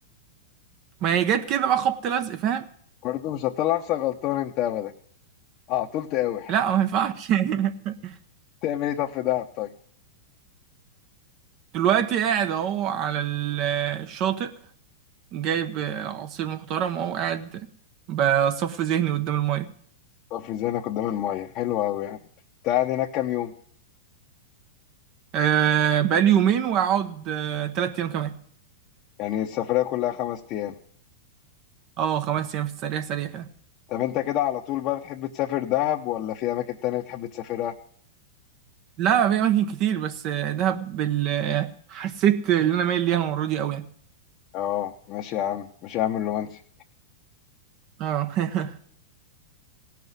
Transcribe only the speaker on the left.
برضه مش هتطلع نفسك غلطان انت ابدا اه طول تقاوح
تعمل ايه طب في دهب طيب
طب ذهنك قدام الميه حلو قوي يعني تقعد هناك كام يوم
يعني السفريه كلها خمس ايام
طب انت كده على طول بقى بتحب تسافر دهب ولا في اماكن تانية بتحب تسافرها
اه ماشي يا عم ماشي يا عم الرومانسي